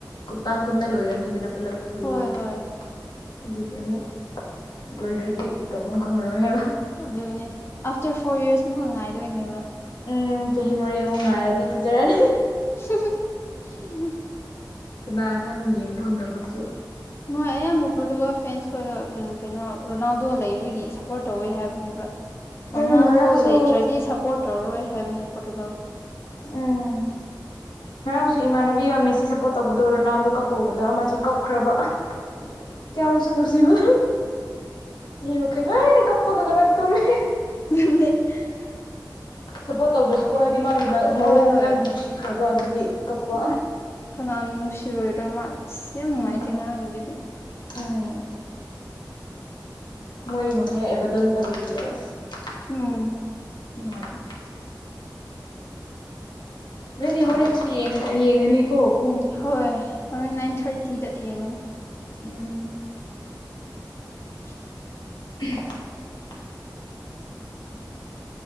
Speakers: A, on the left; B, on the left.
A: ꯇꯥꯡ ꯀꯨꯟꯗ ꯂꯣꯏꯔꯅꯤꯗꯅ ꯄꯨꯂꯞ ꯐꯨꯜꯂꯤ
B: ꯍꯣꯏ
A: ꯑꯣꯏꯅ
B: ꯍꯣꯏ
A: ꯑꯗꯨꯒꯤ ꯑꯃꯨꯛ ꯂꯣꯏꯈ꯭ꯔꯗꯤ ꯇꯧꯐꯝ ꯈꯪꯉꯔꯣꯏ ꯍꯥꯏꯕ
B: ꯑꯗꯨꯅꯦ ꯑꯥꯐꯇꯔ ꯐꯣꯔ ꯏꯌꯥꯔꯁ ꯃꯨꯛꯀ ꯉꯥꯏꯗꯣꯏꯅꯦꯕ
A: ꯎꯝ ꯆꯍꯤ ꯃꯔꯤꯃꯨꯛ ꯉꯥꯏꯔꯗꯤ ꯐꯖꯔꯅꯤ
B: <unintelligible>
A: ꯀꯅꯥ ꯈꯪ ꯌꯦꯡ ꯐꯪꯗꯕꯁꯨ
B: ꯅꯣꯏ ꯑꯌꯥꯝꯕ ꯄꯣꯠꯇꯒ ꯐꯦꯟꯁ ꯀꯣꯏꯗꯣ ꯀꯩꯅꯣ ꯔꯣꯅꯥꯜꯗꯣ ꯂꯩꯕꯒꯤ ꯁꯞꯄꯣꯔꯠ ꯇꯧꯋꯦ ꯍꯥꯏꯕꯅꯦꯕ
A: ꯎꯝ
B: ꯔꫭꯅꯥꯜꯗꯣ
A: ꯉꯔꯥꯡꯁꯨ
B: ꯂꯩꯇ꯭ꯔꯗꯤ ꯁꯞꯄꯣꯔꯠ ꯇꯧꯔꯔꯣꯏ ꯍꯥꯏꯕꯅꯦ ꯄꯣꯔꯇꯨꯒꯥꯜꯗ
A: ꯎꯝ ꯉꯔꯥꯡꯁꯨ ꯏꯃꯥꯟꯅꯕꯤ ꯑꯃꯃꯦ ꯁꯤ ꯁꯞꯄꯣꯔꯠ ꯇꯧꯕꯗꯣ ꯔꯣꯅꯥꯜꯗꯨ ꯀꯞꯄ ꯎꯕꯗ ꯃꯆꯨ ꯀꯞꯈ꯭ꯔꯕ <unintelligible> ꯁꯨꯅꯨꯡꯁꯤꯕ ꯃꯤ ꯃꯈꯩ ꯂꯣꯏꯅ ꯀꯞꯄꯒ ꯂꯥꯏ ꯇꯨꯝꯃꯦ
B: <unintelligible>
A: ꯁꯞꯄꯣꯔꯠ ꯇꯧꯗ꯭ꯔꯁꯨꯀꯣ ꯍꯥꯏꯗꯤ ꯃꯥꯒꯤ ꯃꯑꯣꯡ
B: ꯍꯣꯏ ꯍꯣꯏ
A: ꯃꯌꯥꯝ ꯅꯨꯡꯁꯤꯈ꯭ꯔꯕ ꯑꯗꯨꯒꯤ ꯀꯞꯄ
B: ꯀꯅꯥꯅꯣ ꯅꯨꯡꯁꯤꯔꯣꯏꯗ꯭ꯔ ꯃꯥ ꯑꯁ ꯌꯥꯝ ꯅꯨꯡꯉꯥꯏꯇꯦ
A: ꯎꯝ
B: ꯉꯔꯥꯡꯒꯤ ꯑꯗꯨꯗꯤ
A: ꯎꯝ ꯃꯣꯏ ꯃꯈꯩ <unintelligible>
B: ꯎꯝ
A: <unintelligible> ꯅꯣꯏꯗꯤ ꯍꯣꯔꯦꯟꯁꯨ ꯌꯦꯡ ꯌꯦꯡꯉꯅꯤꯀꯣ ꯄꯨꯡ
B: ꯍꯣꯏ ꯍꯣꯔꯦꯟ
A: ꯎꯝ
B: ꯅꯥꯏꯟ ꯊꯥꯔꯇꯤꯗ ꯌꯦꯡꯉꯅꯤ
A: ꯎꯝ
B: <unintelligible>
A: <unintelligible>